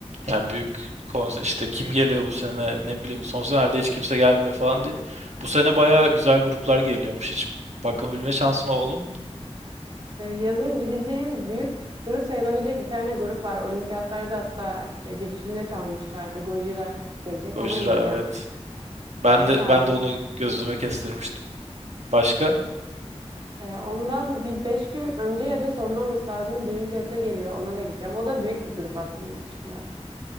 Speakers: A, on the right; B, on the right.
A: Yani büyük konser işte kim geliyor bu sene ne bileyim son senelerde hiç kimse gelmiyor falan diye. Bu sene bayağı güzel gruplar geliyormuş. Hiç bakabilme şansın oldu mu?
B: E, yazın gideceğim büyük grup sayılabilecek bir tane grup var. Olimpiyatlarda hatta e, gidişinde çalmışlardı. Gojira gelecek.
A: Gojira
B: Ona gideceğim.
A: evet. Ben
B: Bilet
A: de
B: aldım.
A: ben de onu gözüme kestirmiştim. Başka?
B: E, ondan bir beş gün önce ya da sonra olması lazım Dream Theater geliyor. Ona da gideceğim. O da büyük bir grup aslında yurt dışında.